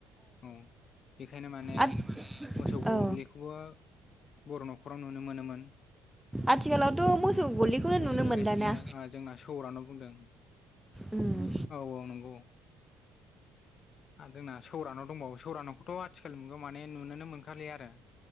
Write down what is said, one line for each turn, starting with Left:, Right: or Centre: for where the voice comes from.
Left: औ बेखायनो माने
Centre: आथ
Left: मोसौ गलिखौबो
Centre: औ
Left: बर' न'खराव नुनो मोनोमोन
Centre: आथिखालावथ' मोसौ
Left: औ
Centre: गलिखौनो
Left: बेजों
Centre: नुनो
Left: लोगोसेनो
Centre: मोनदाना
Left: ओ जोंना सौरानोाव बुंदों
Centre: उम
Left: औ औ नंगौ जोंना सौरानाव दंबावो सौरान'खौथ' आथिखाल नुगो माने नुनोनो मोनखालि आरो